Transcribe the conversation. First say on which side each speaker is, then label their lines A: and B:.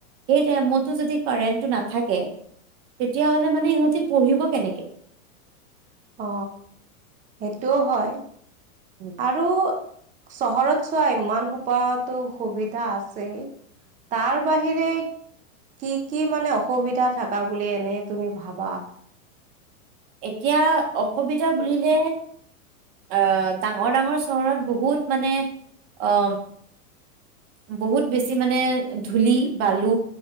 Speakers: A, on the right; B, on the right.
A: সেই মো যদি কাৰেণ্টটো নাথাকে তেতিয়া হলে মানে সিহঁতি পঢ়িব কেনেকে
B: অ সেইটোও হয়
A: উম,
B: আৰু চহৰত চোৱা ইমান সোপাটো সুবিধা আছে তাৰ বাহিৰে কি কি মানে অসুবিধা থাকা বুলি এনে তুমি ভাবা
A: এতিয়া অসুবিধা বুলিলে আহ ডাঙৰ ডাঙৰ চহৰত বহুত মানে আহ বহুত বেছি মানে ধূলি বালু